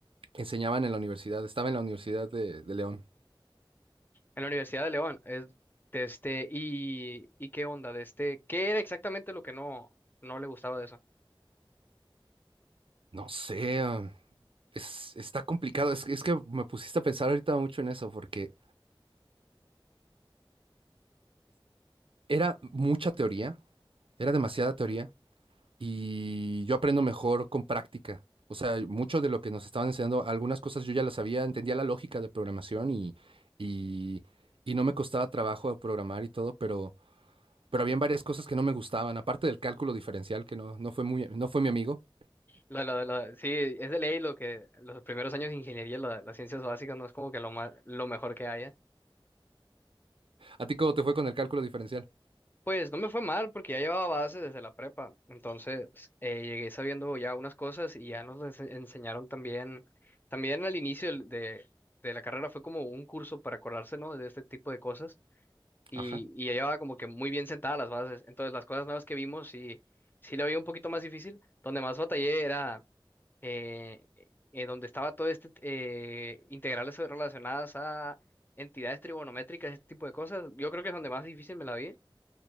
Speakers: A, on the right; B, on the left.
A: enseñaban en la universidad. Estaba en la Universidad de, de León.
B: en la Universidad de León. Es- de este, y, y qué onda, de este, ¿qué era exactamente lo que no, no le gustaba de eso?
A: No sé, ah, es, está complicado. Es, es que me pusiste a pensar ahorita mucho en eso porque... Era mucha teoría, era demasiada teoría y yo aprendo mejor con práctica. O sea, mucho de lo que nos estaban enseñando, algunas cosas yo ya las sabía, entendía la lógica de programación y, y, y no me costaba trabajo programar y todo, pero, pero habían varias cosas que no me gustaban, aparte del cálculo diferencial, que no, no fue muy, no fue mi amigo.
B: La, la, la, sí, es de ley lo que los primeros años de ingeniería, la- las ciencias básicas, no es como que lo, ma- lo mejor que haya.
A: ¿A ti cómo te fue con el cálculo diferencial?
B: Pues no me fue mal porque ya llevaba bases desde la prepa, entonces eh, llegué sabiendo ya unas cosas y ya nos les enseñaron también, también al inicio del- de, de la carrera fue como un curso para acordarse, ¿no? De este tipo de cosas y,
A: Ajá.
B: y ya llevaba como que muy bien sentadas las bases, entonces las cosas nuevas que vimos sí, sí la veía un poquito más difícil, donde más batallé era eh, eh, donde estaba todo este, eh, integrales relacionadas a entidades trigonométricas, este tipo de cosas, yo creo que es donde más difícil me la vi.